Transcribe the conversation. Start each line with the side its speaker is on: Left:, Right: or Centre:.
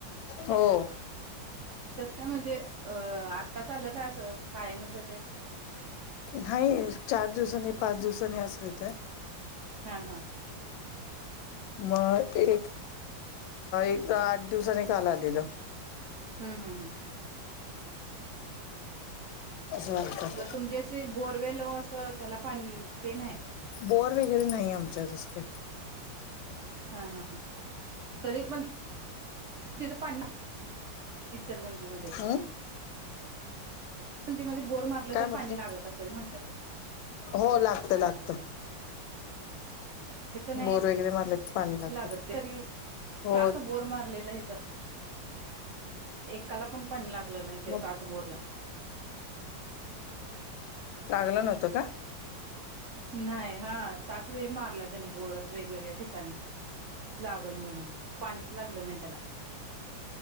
Left: हो
Right: कस काय म्हणजे अ आत्ताच अलं काय असं कायमच येतय.
Left: नाही चार दिवसानी पाच दिवसानी असं येतं.
Right: हा हा
Left: मग एक एक आठ दिवसाने काल आलेलं
Right: हम् हम हम
Left: असं वागत
Right: तुमचेे बोरवेल असं त्याला पाणीते नाही
Left: बोर वगैरे नाही आमच्या तस काय.
Right: हा हा हा तरी म तथ पाणी इचरगंजी मध्येजी
Left: हम्
Right: मध्ये बोरम आपलं
Left: काय
Right: तर
Left: म्हटलं
Right: पाणी लागत असेल म्हटलं
Left: हो लागत लागतं
Right: हे तर नाही
Left: बोर वगैरे मारलं की पाणी लागतं
Right: लागत तरी
Left: हो
Right: सात बोर मारलेलं इथं एकाला पण पाणी लागलं नाही ते
Left: मग
Right: सात बोरला
Left: लागलं नव्हतं का
Right: नाही हा सात वेळ मारला त्यान बोरस वेगवेगळ्या ठिकाणी लागल म्हणून पाणीच लागलं नाही त्याला